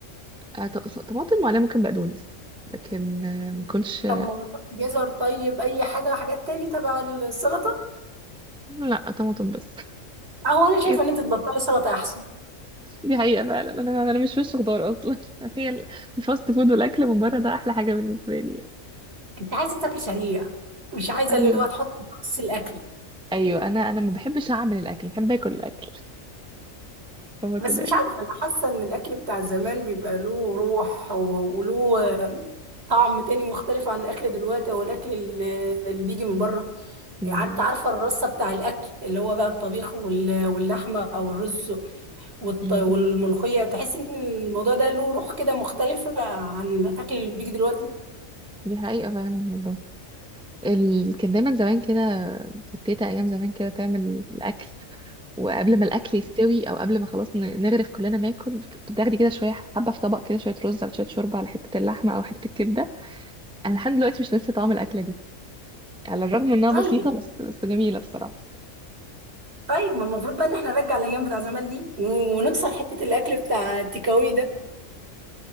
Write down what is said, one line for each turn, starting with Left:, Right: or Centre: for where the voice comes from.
Centre: آه، ط- طماطم وعليها ممكن بقدونس لكن آه، ما كلش
Right: طب ما جزر طيب اي حاجه حاجات تاني تبع السلطه
Centre: لا طماطم بس
Right: اهو انا شايفه
Centre: <laughs>
Right: ان انت تبطلي سلطه احسن
Centre: دي حقيقة فعلا انا انا مش وش خضار اصلا <laughs> هي ال- الفاست فود والاكل من بره ده احلى حاجة بالنسبة لي يعني.
Right: انت عايزه تاكل سريع مش عايزه
Centre: ايوه
Right: اللي هو تحط في نص الاكل
Centre: ايوه انا انا ما بحبش اعمل الاكل بحب اكل الاكل هو
Right: بس
Centre: كده
Right: مش
Centre: يعني
Right: عارفه انا حاسه ان الاكل بتاع زمان بيبقى له روح و- وله طعم تاني مختلف عن الاكل دلوقتي او الاكل اللي اللي بيجي من بره
Centre: مم.
Right: يعني انت عارفه الرصه بتاع الاكل اللي هو بقى الطبيخ وال- واللحمه او الرز والط-
Centre: مم.
Right: والملوخيه تحس ان الموضوع ده له روح كده مختلفه عن الاكل اللي بيجي دلوقتي
Centre: دي حقيقة فعلا والله ال... كان دايما زمان كده كانت تيتا ايام زمان كده تعمل الاكل وقبل ما الاكل يستوي او قبل ما خلاص ن- نغرف كلنا ناكل بتاخدي كده شويه حبه في طبق كده شويه رز على شويه شوربه على حته اللحمه او حته الكبده انا لحد دلوقتي مش ناسيه طعم الاكله دي على الرغم انها
Right: طيب
Centre: بسيطه بس بس جميله بصراحه
Right: طيب ما المفروض بقى ان احنا نرجع الايام بتاع زمان دي و- ونكسر حته الاكل بتاع التيكاوي ده